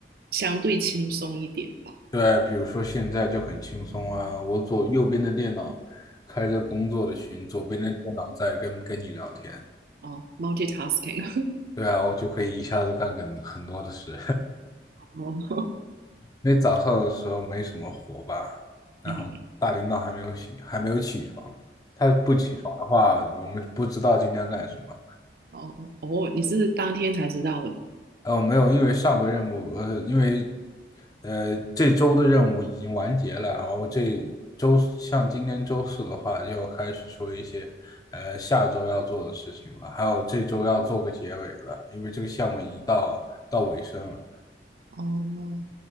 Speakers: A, on the right; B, on the left.
A: 相对轻松一点吧。
B: 对，比如说现在就很轻松啊，我左右边的电脑开着工作的群，左边的电脑在跟跟你聊天。
A: 哦，multitasking，<laughs>
B: 对啊，我就可以一下子干很很多的事。
A: 哦，
B: <laughs> 那早上的时候没什么活吧，然后大领导还没有醒，
A: 嗯，
B: 还没有起床，他不起床的话，我们不知道今天干什么。
A: 哦哦，你是当天才知道的。
B: 哦，没有，因为上个任务，呃，因为，呃，这周的任务已经完结了，然后这周像今天周四的话，就要开始说一些，呃，下周要做的事情了，还有这周要做个结尾了，因为这个项目已经到到尾声了。
A: 哦，